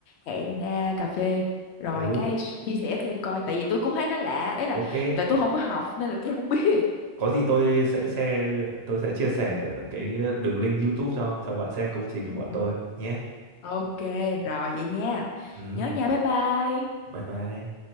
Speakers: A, on the left; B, on the right.
A: hẹn ra cà phê rồi
B: ừ
A: cái chia sẻ thêm coi tại vì tôi cũng thấy nó lạ, ý là
B: ok
A: tại tôi không có học nên là tôi không biết.
B: có gì tôi sẽ sẽ tôi sẽ chia sẻ cái đường link YouTube cho cho bạn xem công trình
A: Ừ.
B: của bọn tôi nhé
A: Ok, rồi vậy nha.
B: ừ.
A: Nhớ nha, bye bye.
B: bye bye